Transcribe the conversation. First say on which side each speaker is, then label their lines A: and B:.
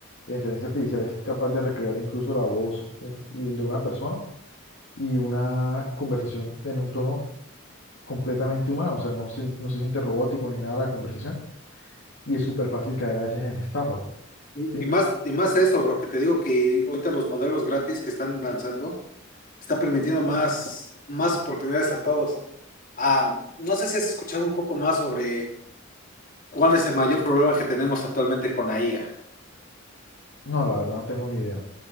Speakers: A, on the left; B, on the left.
A: la inteligencia artificial es capaz de recrear incluso la voz eh, de una persona y una conversación en un tono completamente humano, o sea, no se, no se siente robótico ni nada la conversación y es súper fácil caer a veces en estafas,
B: Y
A: ¿sí?
B: y más, y más eso, bro, que te digo que ahorita los modelos gratis que están lanzando está permitiendo más, más oportunidades a todos. Ah, no sé si has escuchado un poco más sobre cuál es el mayor problema que tenemos actualmente con la IA.
A: No, la verdad no tengo ni idea.